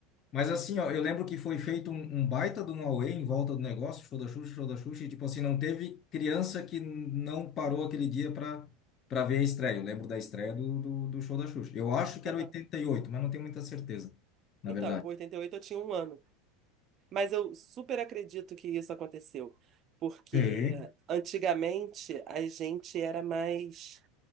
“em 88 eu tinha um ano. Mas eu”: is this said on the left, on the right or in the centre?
Right